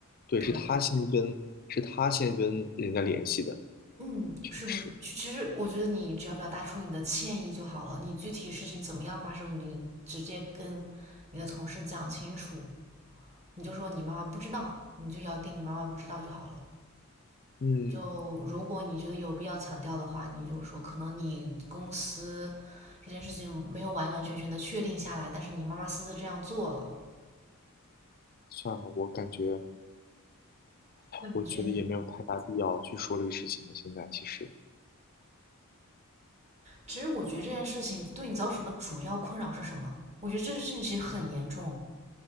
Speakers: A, on the left; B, on the right.
A: 对，
B: 对，
A: 是他先跟，是他先跟人家联系的，
B: 嗯，
A: 确实，
B: 是不是？就其实我觉得你只要表达出你的歉意就好了，你具体事情怎么样发生，你直接跟你的同事讲清楚，你就说你妈妈不知道，你就咬定你妈妈不知道就好了。
A: 嗯，
B: 就如果你觉得有必要强调的话，你就说可能你公司这件事情没有完完全全的确定下来，但是你妈妈私自这样做了。
A: 算了，我感觉，
B: 我感觉你，
A: 我觉得也没有太大必要去说这个事情了。现在其实，
B: 其实我觉得这件事情对你造成的主要困扰是什么？我觉得这件事情其实很严重，